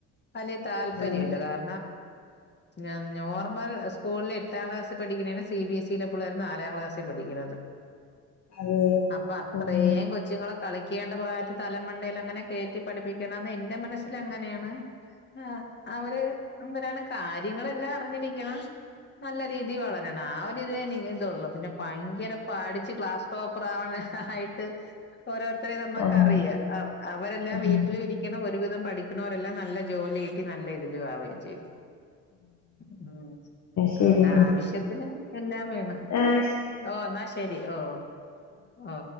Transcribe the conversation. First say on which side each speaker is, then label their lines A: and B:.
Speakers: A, on the left (about 30°); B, on the left (about 45°).
A: വലിയ താല്പര്യല്ല
B: ആഹ്
A: കാര ആ ആ നോർമൽ സ്കൂളിൽ എട്ടാം ക്ലാസ്ൽ പഠിക്ക്ണേ സി ബി എസിലെ പിള്ളേര്ളനാലാം ക്ലാസ് പഠിക്ക്ണത്
B: അതെ
A: അപ്പൊ അത്രേം
B: ആഹ്
A: കൊ ച്ചുങ്ങളെ കളിക്കേണ്ട പ്രായത്തി തലമണ്ടയിൽ അങ്ങനെ കേറ്റി പഠിപ്പിക്കേണ്ടന്ന് എന്റെ മനസ്സിലങ്ങനേണ് ആ അവര് എന്തരാണ് കാര്യങ്ങളെല്ലാം അറിഞ്ഞിരിക്കണം. നല്ല രീതി വളരണം ആ ഒരുരിതേനി ഇതേയെനിക്കെത്തൊള്ളു പിന്നെ ഭയങ്കര പഠിച്ച് ക്ലാസ് ടോപറാവണ ഹാ യിട്ട് ഓരോരുത്തരെ നമ്മക്കറിയാ
B: ആഹ്
A: അ അവരെല്ലാം
B: ആഹ്
A: വീട്ടിലിരി ന്ന് ഒരുവിധം പഠിക്ക്ണോരെല്ലാം നല്ല ജോലി കിട്ടി നല്ല ഇതില് ആവേം ചിയും. ഉം
B: ശരി
A: അതൊണ്ട് ആവശ്യത്തിന് എല്ലാം വേണ്
B: ആഷ്
A: ഓ ന്നാ ശരി ഓ ഓ